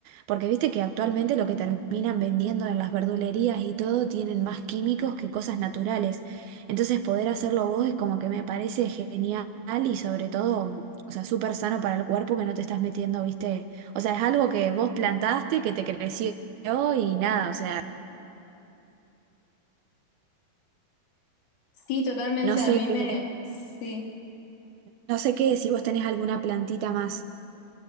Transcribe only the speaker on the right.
porque viste que actualmente lo que terminan vendiendo en las verdulerías y todo tienen más químicos que cosas naturales. Entonces poder hacerlo vos es como que me parece genial y sobre todo... O sea, súper sano para el cuerpo que no te estás metiendo, ¿viste? O sea, es algo que vos plantaste, que te creció y nada, o sea,
no sé
qué,
no sé qué, si vos tenés alguna plantita más.